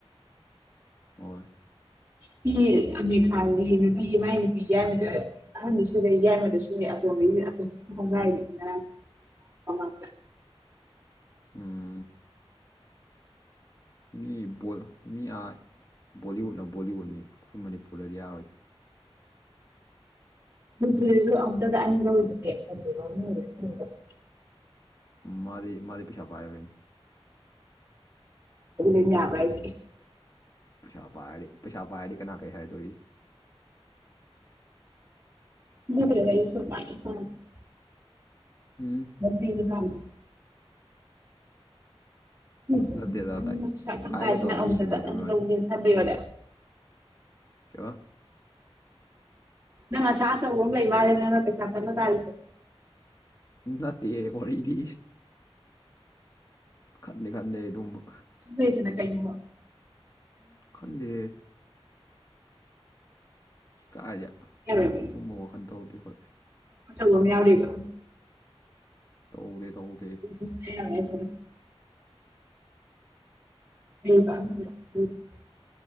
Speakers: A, on the left (about 35°); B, on the right (about 20°).
A: ꯍꯣꯏ
B: ꯃꯤ ꯑꯃꯤꯔ ꯈꯥꯟꯗꯤ ꯅꯨꯄꯤ ꯃꯥꯏ ꯅꯨꯄꯤ ꯌꯥꯏꯃꯒ ꯑꯍꯥꯟꯗꯨꯁꯨ ꯂꯩ ꯌꯥꯏꯃꯗꯁꯨ ꯂꯩ ꯑꯇꯣꯝꯕꯤꯒ ꯍꯣꯡꯒꯥꯏꯔꯤꯅꯤ ꯉꯔꯥꯡ ꯃꯃꯥꯡꯗ
A: ꯎꯝ ꯃꯤ ꯃꯤ ꯑꯥ ꯕꯣꯂꯤꯋꯨꯠꯅ ꯕꯣꯂꯤꯋꯨꯠꯅꯤ ꯑꯩꯈꯣꯏ ꯃꯅꯤꯄꯨꯔꯗꯗꯤ ꯌꯥꯔꯣꯏꯗ
B: ꯃꯅꯤꯄꯨꯔꯗꯖꯨ ꯑꯃꯨꯛꯇꯗ ꯑꯅꯤ ꯂꯧꯔꯤꯗꯨꯗꯤ <unintelligible>
A: ꯃꯥꯗꯤ ꯃꯗꯤ ꯄꯩꯁꯥ ꯄꯥꯏꯕꯩꯅꯤ
B: ꯑꯗꯨ ꯂꯣꯏꯟ ꯌꯕꯔꯥ ꯍꯥꯏꯁꯦ
A: ꯄꯩꯁꯥ ꯄꯥꯏꯔꯗꯤ ꯄꯩꯁꯥ ꯄꯥꯏꯔꯗꯤ ꯀꯅꯥ ꯀꯔꯤ ꯍꯥꯏꯗꯣꯔꯤ
B: <unintelligible>
A: ꯎꯝ
B: ꯃꯌꯥꯝ ꯄꯤꯔꯖꯨ ꯄꯥꯝꯗꯦ <unintelligible>
A: ꯅꯠꯇꯦꯗ
B: ꯄꯩꯁꯥ
A: ꯂꯥꯏꯛ
B: ꯑꯁꯨꯛꯌꯥꯝ
A: ꯍꯥꯏꯒꯗꯕ
B: ꯄꯥꯏꯔꯤꯁꯤꯅ ꯑꯃꯨꯛꯇꯥ
A: ꯃꯤꯁꯤꯡ ꯍꯥꯏꯗꯣꯏ
B: ꯑꯅꯤ
A: ꯋꯥꯅꯤ
B: ꯂꯧꯒꯦ ꯈꯟꯕꯩ ꯑꯣꯏꯔꯦ
A: ꯀꯩꯕ
B: ꯅꯪ ꯑꯁꯥ ꯑꯆꯧꯕ ꯑꯃ ꯂꯩꯕ ꯃꯥꯜꯂꯤ ꯅꯪꯅ ꯄꯩꯁꯥ ꯀꯥꯟꯅ ꯇꯥꯜꯂꯤꯁꯤ
A: ꯅꯠꯇꯦ ꯋꯥꯔꯤꯗꯤ ꯈꯟꯗꯦ ꯈꯟꯗꯦ ꯑꯗꯨꯒꯨꯝꯕ
B: ꯁꯨꯝ ꯂꯩꯗꯅ ꯀꯩ ꯒꯨꯝꯕ
A: ꯈꯟꯗꯦꯍꯦ ꯀꯥꯏꯗꯩ
B: ꯌꯥꯔꯣꯏꯕ
A: ꯑꯗꯨꯒꯨꯝꯕ ꯋꯥꯈꯟ ꯇꯧꯗꯦ ꯑꯩꯈꯣꯏ
B: <unintelligible> ꯌꯥꯎꯔꯤꯕ
A: ꯇꯧꯗꯦ ꯇꯧ
B: <unintelligible> <unintelligible>